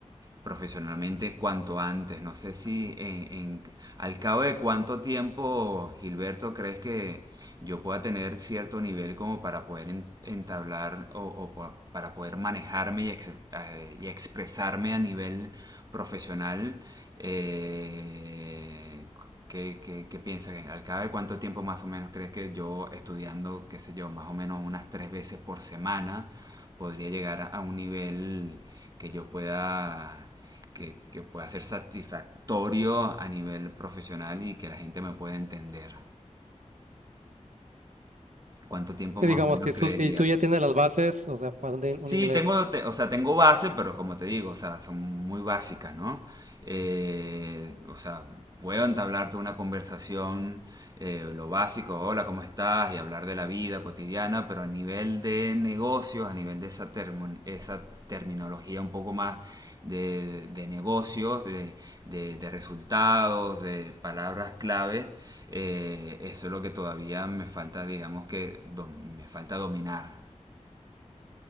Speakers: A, on the right; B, on the right.
A: profesionalmente cuanto antes. No sé si en, en- al cabo de cuánto tiempo, Gilberto, crees que yo pueda tener cierto nivel como para poder en- entablar o, o para poder manejarme y, ex- eh, y expresarme a nivel profesional. Eh, ¿Qué, qué, qué piensas? ¿Al cabo de cuánto tiempo más o menos crees que yo estudiando, qué sé yo, más o menos unas tres veces por semana, podría llegar a un nivel que yo pueda que, que pueda ser satisfactorio a nivel profesional y que la gente me pueda entender. ¿Cuánto tiempo
B: Sí,
A: más
B: digamos,
A: o menos
B: si,
A: creerías?
B: sus- si tú ya tienes las bases, o sea, para un, de-
A: Sí,
B: un inglés,
A: tengo, te- o sea, tengo base, pero como te digo, o sea, son muy básicas, ¿no? Eh, o sea, puedo entablarte una conversación, eh, lo básico, hola, ¿cómo estás? Y hablar de la vida cotidiana, pero a nivel de negocios, a nivel de esa, termo- esa terminología un poco más de, de negocios, de, de- de resultados, de palabras clave, eh, eso es lo que todavía me falta, digamos que, dom- me falta dominar.